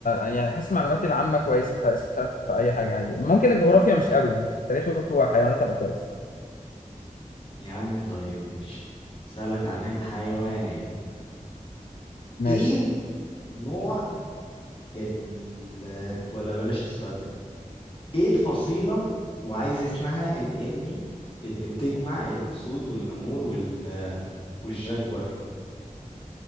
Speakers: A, on the left; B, on the left.
A: يعني حاسس معلوماتي العامه كويسه فاسال في اي حاجه عادي ممكن الجغرافيا مش قوي يعني تاريخ وحيوانات هبقى كويس
B: يا عم طيب ماشي سألك عن الحيوانات
A: ماشي
B: ايه نوع ال ولا بلاش السؤال ده ايه الفصيلة وعايز اسمها العلمي اللي بتجمع الأسود والنمور وال والجاجور